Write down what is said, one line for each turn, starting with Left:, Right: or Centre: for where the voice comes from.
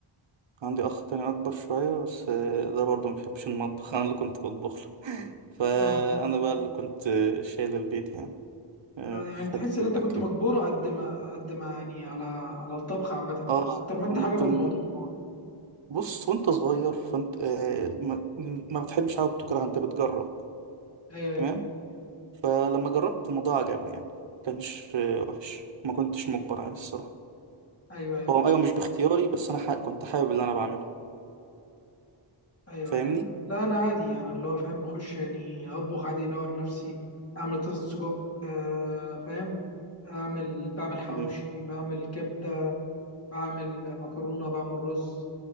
Right: عندي اخ تاني اكبر شوية بس آه، ده برضه ما بيحبش المطبخ <laughs> انا اللي كنت بطبخ له <laughs> فانا
Left: اه
Right: بقى اللي كنت آه، شايل البيت يعني آه،
Left: آه،
Right: في
Left: يعني تحس
Right: حتة
Left: ان
Right: الاكل
Left: انت كنت مجبوره
Right: دي.
Left: قد ما قد ما يعني على على الطبخ عامه
Right: اه
Left: اكتر ما
Right: كنت
Left: انت حابب الموضوع
Right: مجبور بص وانت صغير فانت آه، ما ما بتحبش حاجه بتكرهها انت بتجرب
Left: ايوه
Right: تمام فلما جربت الموضوع عجبني يعني ما كانش آه، وحش ما كنتش مجبر عليه الصراحه
Left: ايوه ايوه
Right: هو ايوه مش باختياري بس انا حق كنت حابب اللي انا بعمله
Left: ايوه
Right: فاهمني
Left: ايوه, أيوة. لا انا عادي انا اللي هو فاهم بخش يعني اطبخ عادي انور نفسي اعمل طاسه سجق أه فاهم اعمل بعمل حواوشي
Right: امم
Left: بعمل كبده بعمل مكرونه بعمل رز